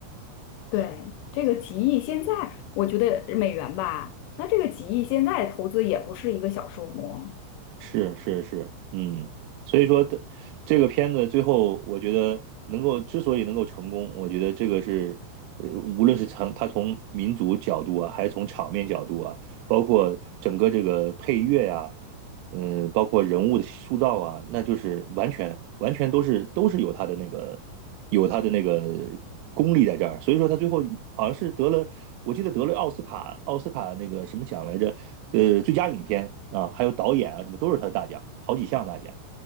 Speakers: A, on the left; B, on the right.
A: 对，这个几亿现在我觉得美元吧，那这个几亿现在投资也不是一个小数目。
B: 是是是，嗯，所以说的这个片子最后，我觉得能够之所以能够成功，我觉得这个是，呃，无论是从它从民族角度啊，还是从场面角度啊，包括整个这个配乐呀、嗯，呃包括人物的塑造啊，那就是完全完全都是都是有他的那个有他的那个功力在这儿，所以说他最后好像是得了，我记得得了奥斯卡奥斯卡那个什么奖来着，呃，最佳影片啊，还有导演啊什么都是他的大奖，好几项大奖，